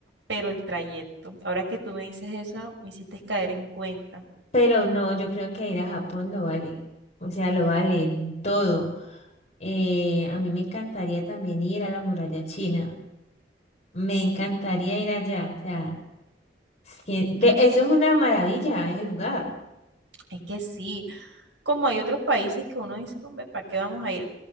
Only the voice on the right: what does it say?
pero el trayecto. Ahora que tú me dices eso, me hiciste caer en cuenta.
Sí,
Es
que,
es que sí, como hay otros países que uno dice, no, hombre, ¿para qué vamos a ir?